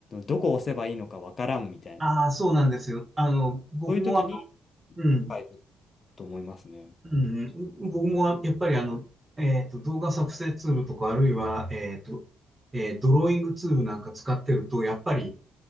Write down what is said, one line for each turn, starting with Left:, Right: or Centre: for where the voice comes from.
Left: どこを押せばいいのかわからんみたいな、
Right: ああ、そうなんですよ。あの、僕もあの、
Left: そういう時に
Right: うん、
Left: 使えると思いますね。
Right: うん、うん僕もやっぱりあの、えっと、動画作成ツールとか、あるいは、えっと、えードローイングツールなんか使ってると、やっぱり、